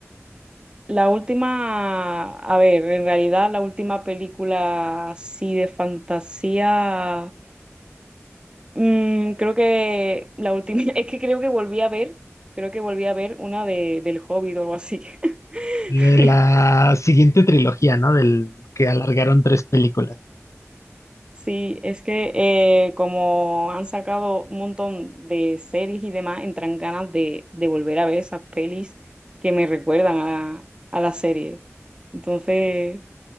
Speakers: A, on the right (about 20°); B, on the left (about 75°).
A: La última, a ver, en realidad la última película así de fantasía, mm, creo que la última, <laughs> es que creo que volví a ver, creo que volví a ver una de, del Hobbit o algo así. <laughs>
B: De la siguiente trilogía, ¿no? Del que alargaron tres películas.
A: Sí, es que eh, como han sacado un montón de series y demás, entran ganas de, de volver a ver esas pelis que me recuerdan a, a la serie. Entonces,